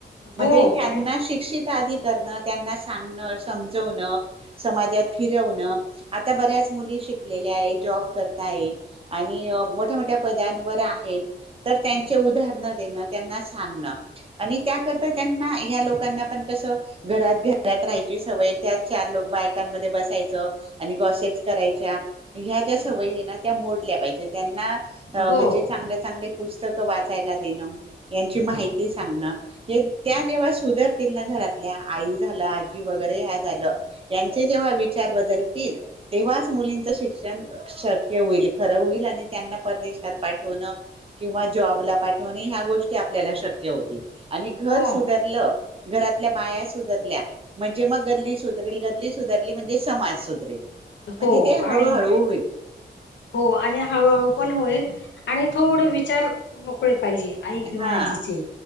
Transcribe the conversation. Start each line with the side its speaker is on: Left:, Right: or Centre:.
Right: म्हणजे
Left: हो
Right: त्यांना
Left: आणि
Right: शिक्षित आधी करण त्यांना सांगण, समजवणं, समाजात फिरवणं आता बऱ्याच उद्दिष्ट शिकलेले आहे जॉब करता आहे आणि मोठ्या मोठ्या पद्यानवर आहेत तर त्यांचे
Left: हम्म,
Right: उदाहरण देण त्यांना सांगणं त्याकरता त्यांना ह्या लोकांना पण कस घरात घरात राह सवय त्यात चार लोक बायकांमध्ये बसायच. आणि गॉसेट्स
Left: हो
Right: करायच्या ह्या ज्या
Left: हम्म,
Right: सवयी आहे ना त्या मोडल्या पाहिजे त्यांना अ
Left: हो
Right: म्हणजे चांगल्या चांगले पुस्तक वाचायला देणं यांची माहिती सांगण हे त्या जेव्हा सुधरतील ना आई झाल आजी वगरे झाल यांचे जेव्हा विचार बदलतील तेव्हा मुलीच शिक्षण शक्य होईल खरं होईल आणि त्यांना परदेश. त्यात पाय ठेवणं किंवा जॉबला पाठवण ह्या गोष्टी आपल्याला शक्य होतील. आणि घर
Left: हो
Right: सुधरलं. घरातल्या बाया सुधरल्या म्हणजे मग गल्ली सुधरेल गल्ली सुधारली म्हणजे. समाज सुधरेल म्हणजे
Left: हो
Right: ते हळूहळू
Left: आणि
Right: होईल.
Left: हो आणि हळू हळू पण होईल आणि थोड विचार मोकळे. पाहिजे आई किंवा
Right: हा
Left: आजीचे